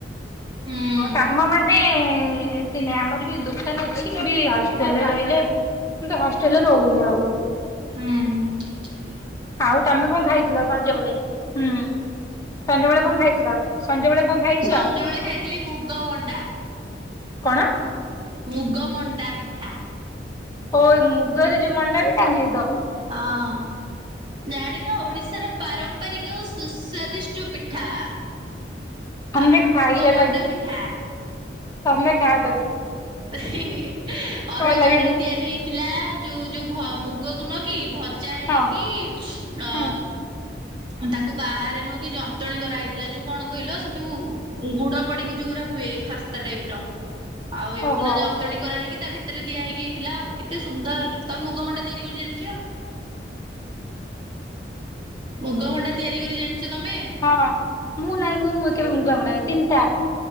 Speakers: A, on the right (about 30°); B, on the left (about 20°).
A: ହୁଁ
B: କାମ ମାନେ ଏତେ ନାହିଁ, ଆମର ବି ଦୋକାନ ଅଛି। ହଷ୍ଟେଲରେ ରହିଲେ କିୁନ୍ତୁ ହଷ୍ଟେଲରେ ରହୁନି ଆଉ।
A: ହଁ
B: ଆଉ ତମେ କଣ ଖାଇଥିଲ ସଞ୍ଜବେଳେ? ହୁଁ ସଞ୍ଜବେଳେ କଣ ଖାଇଥିଲ, ସଞ୍ଜବେେଳେ କଣ ଖାଇଥିଲ?
A: ସଞ୍ଜ ବେଳେ ଖାଇଥିଲି ମୁଗ ମଣ୍ଡା
B: କଣ?
A: ମୁଗ ମଣ୍ଡା ପିଠା।
B: ହ ମୁଗରେ ଯୋ ମଣ୍ଡା ପିଠା ହୁଏତ?
A: ହଁ ଜାଣିନ ଓଡିଶାର ପାରମ୍ପରିକ ଓ ସୁସ୍ୱାଦିଷ୍ଟ ପିଠା।
B: ଆମେ
A: ଆମର
B: ଖାଇ
A: ମୁଗ
B: ଯ
A: ମଣ୍ଡା
B: ତାକୁୁ
A: ପିଠା
B: ତମେ ଖାଅ ତାକୁୁ।
A: <unintelligible> ଅରୁଆ
B: ଲାଗେନି।
A: ଚାଉଳ ରେ ତିଆରି ହେଇଥିଲା ଯୋଉ, ଯୋଉ ମୁଗ ଗୁନ କି ଭଜା ହେଇ
B: ହଁ
A: କି ଅ
B: ହୁଁ
A: ତାକୁ ବାହାରେ ନଉକି ଯନ୍ତଣୀ କରାହେଇଥିଲା ଯୋଉ କଣ କହିଲ ସେ ଯୋଉ ଗୁଡ ପଡିକି ଯୋଉ ହୁରା ହୁଏ ଖା ସ୍ଥା ଟାଇପ ର ଆଉ ଏକୁନା
B: ଓହୋ
A: ଯନ୍ତଣୀ କରା ହେଇକି ତା ଭିତରେ ଦିଆ ହେଇକି ହେଇଥିଲା ଆଉ, କେତେ ସୁନ୍ଦର ତମ ମୁଗ ମଣ୍ଡା। ତିଆରି କରି ଜାଣିଛ? ମୁଗଭଣ୍ଡା ତିଆରି କରି ଜାଣିଛ ତମେ?
B: ହଁ ମୁଁ ନାଇଁ ମୁଁ କେବେ ମୁ ମୁଗ ମଣ୍ଡା ତିନିଟା।